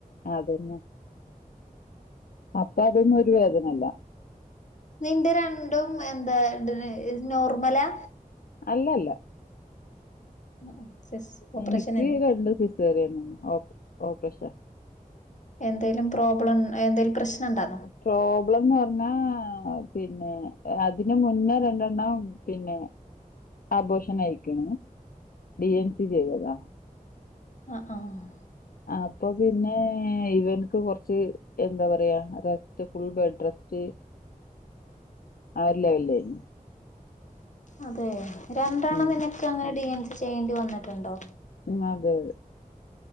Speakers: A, on the left (about 80°); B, on the left (about 55°).
A: അതന്നെ അപ്പൊ ഇതൊന്നും ഒരു വേദനല്ല.
B: നിന്റെ രണ്ടും എന്താ നോർമലാ
A: അല്ല അല്ല.
B: ആഹ് ആഹ് സിസ് ഓപ്പറേഷനന്നെ
A: എനിക്ക് രണ്ടും സിസേറിയൻ തന്നാണ് ഓ ഓപ്രേഷ
B: എന്തേലും പ്രോബ്ലം എന്തേലും പ്രശ്നംണ്ടാ?
A: പ്രോബ്ലംന്ന് പർഞ്ഞാ പിന്നെ അതിന് മുന്നേ രണ്ടെണ്ണം പിന്നെ ആബോഷനായ്ക്ക്ണ്. ഡി എൻ സി ചെയ്തതാ
B: അഹ് ആഹ്.
A: അപ്പൊ പിന്നെ ഇവൻക്ക് കൊർച്ച് എന്താ പറയാ റെസ്റ്റ് ഫുൾ ബെഡ് റെസ്റ്റ് ആഒരു ലൈനിലേന്നു
B: അതേ.. രണ്ടെണ്ണം
A: ഉം
B: നിനക്ക് അങ്ങനെ ഡി എൻസി ചെയ്യേണ്ടി വന്നിട്ട്ണ്ടോ?
A: ഉം അതെ.